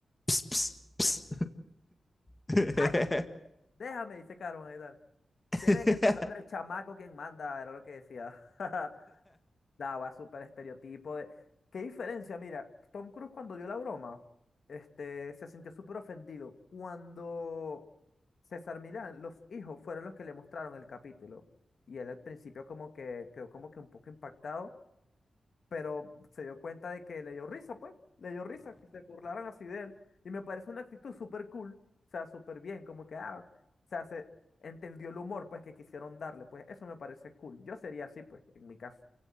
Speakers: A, on the left; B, on the left.
A: ps, ps, ps.
B: ¡Ay! Déjame, dice Carmen y tal.
A: <laughs>
B: Tiene que enfrentarte al chamaco quien manda, era lo que decía. <laughs> Daba súper estereotipo de... ¿Qué diferencia? Mira, Tom Cruise cuando dio la broma, este, se sintió súper ofendido. Cuando César Milán, los hijos fueron los que le mostraron el capítulo. Y él al principio como que quedó como que un poco impactado pero se dio cuenta de que le dio risa, pues, le dio risa que se burlaran así de él. Y me parece una actitud súper cool, o sea, súper bien, como que, ah, o sea, se entendió el humor, pues, que quisieron darle, pues, eso me parece cool. Yo sería así, pues, en mi caso.